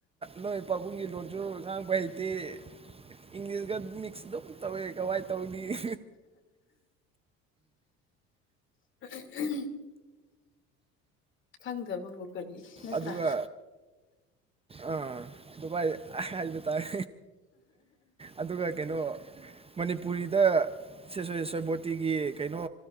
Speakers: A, on the right; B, on the left.
A: ꯅꯣꯏ ꯄꯕꯨꯡꯒꯤ ꯂꯣꯟꯁꯨ ꯉꯥꯡꯕ ꯍꯩꯇꯦ ꯏꯪꯂꯤꯁꯒ ꯃꯤꯛꯁ ꯑꯗꯨ ꯇꯧꯑꯦ ꯀꯃꯥꯏ ꯇꯧꯅꯤ
B: <unintelligible> ꯈꯪꯗꯕꯕꯨ ꯀꯔꯤ ꯅꯠꯇ꯭ꯔꯥ
A: ꯑꯗꯨꯒ ꯑꯥ ꯗꯨꯕꯥꯏ ꯍꯥꯏꯕ ꯇꯥꯔꯦ ꯑꯗꯨꯒ ꯀꯩꯅꯣ ꯃꯅꯤꯄꯨꯔꯤꯗ ꯁꯦ ꯁꯣꯏꯁꯣꯏꯕꯣꯇꯤꯒꯤ ꯀꯩꯅꯣ